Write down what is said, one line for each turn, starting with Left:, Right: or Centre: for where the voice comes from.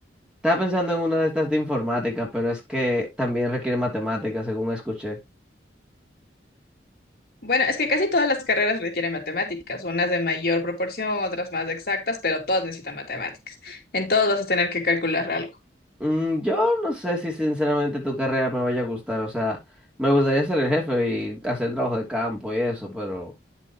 Centre: estaba pensando en una de estas de informática, pero es que también requiere matemáticas, según escuché.
Left: Bueno, es que casi todas las carreras requieren matemáticas, unas de mayor proporción, otras más exactas, pero todas necesitan matemáticas. En todos vas a tener que calcular algo,
Centre: Mm, yo no sé si sinceramente tu carrera me vaya a gustar, o sea, me gustaría ser el jefe y hacer trabajo de campo y eso, pero